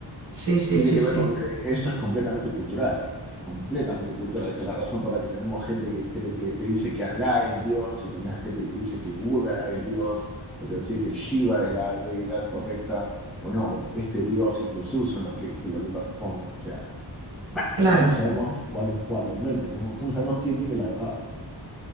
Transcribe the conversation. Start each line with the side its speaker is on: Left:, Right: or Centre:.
Right: sí, sí,
Centre: tiene
Right: sí,
Centre: que
Right: sí,
Centre: ver con eso es completamente cultural, completamente cultural, que es la razón por la que tenemos gente que cree que te dice que Alá es Dios, y tenés a gente que te dice que Buda es Dios, o te va a decir que Shiva es la deidad correcta, o no, este Dios y Jesús son los que, los que corresponden. O sea,
Right: claro.
Centre: ¿cómo sabemos cuál es cuál realmente? ¿Cómo, cómo sabemos quién tiene la verdad?